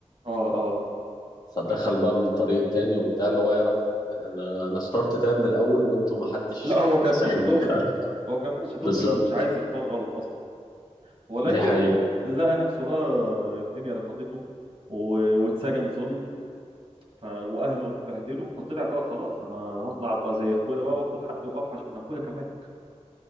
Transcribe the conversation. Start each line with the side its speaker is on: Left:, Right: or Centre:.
Right: اه اه
Left: فدخل بقى من الطريق التاني وبتاع اللي هو يعرف انا انا اخترت تاب من الاول وانتوا ما حدش
Right: لا هو كان
Left: ساعدني
Right: ماشي دغري
Left: فاهم
Right: هو كان ماشي دغري
Left: بالظبط
Right: ومش عايز يختار غلط اصلا ولكن
Left: دي حقيقة
Right: لقى نفسه بقى الدنيا رفضته و- واتسجن ظلم ف... واهله اتبهدلوا فطلع بقى خلاص انا هطلع ابقى زي اخويا بقى واخد حقي واوحش من اخويا كمان